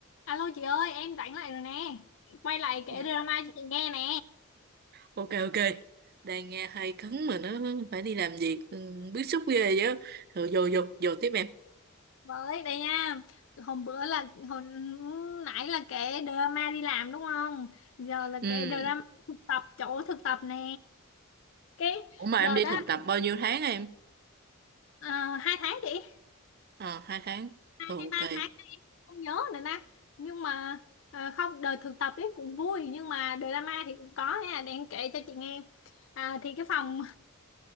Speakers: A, on the left; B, on the right.
A: Alo chị ơi, em rảnh lại rồi nè. Quay lại kể
B: Dạ.
A: drama cho chị nghe nè.
B: Ok ok Đang nghe hay cấn mà nó phải đi làm việc ừ, Bức xúc ghê chứ Rồi vô vô vô tiếp em
A: Với đây nha. Hôm bữa là hồi nãy là kể drama đi làm đúng không? Giờ là
B: ừ.
A: kể drama thực tập chỗ thực tập nè. Cái
B: Ủa mà
A: đợt
B: em đi
A: đó
B: thực tập bao nhiêu tháng em
A: à, hai tháng chị,
B: Ờ hai tháng
A: hai
B: Ừ ok
A: hay ba tháng không nhớ nữa nè. Nhưng mà à, không đợt thực tập ấy cũng vui nhưng mà drama thì cũng có nha, để em kể cho chị nghe. À, thì cái phòng